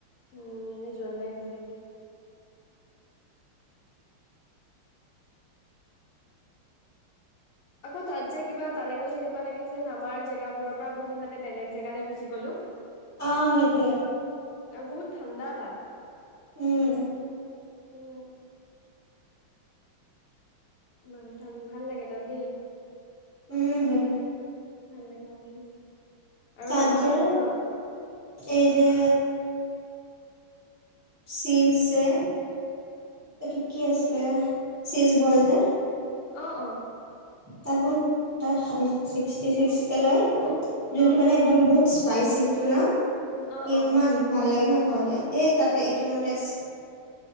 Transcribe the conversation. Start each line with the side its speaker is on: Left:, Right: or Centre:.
Left: উম মানে যোৱা নাই আজিলৈকে। আকৌ তাত যে কিবা তালে গলে এনেকুৱা লাগে যেন আমাৰ জেগাবোৰৰ পৰা বহুত মানে বেলেগ জেগালে গুচি গ'লো।
Right: অ সেইটোৱে
Left: আৰু বহুত ঠাণ্ডা তাত।
Right: উম
Left: উম মাওথাঙ ভাল লাগে তাত দেই।
Right: উম সেইটোৱে
Left: ভাল লাগে উম আৰু
Right: তাত
Left: লগত
Right: যে
Left: মানে।
Right: এই যে চিজ যে এইটো কি
Left: অ
Right: আছিলে চিজ বল যে
Left: অ অ
Right: তাত বহুত তাত ষাঠী ছিক্সতি ছিক্সতি লয় জোনটো
Left: অ
Right: মানে একদম বহুত স্পাইচিটো ন
Left: অ
Right: ইমান
Left: অ
Right: ভাল লাগে নহয় হলে এ তাতে ইটো মতে আছে।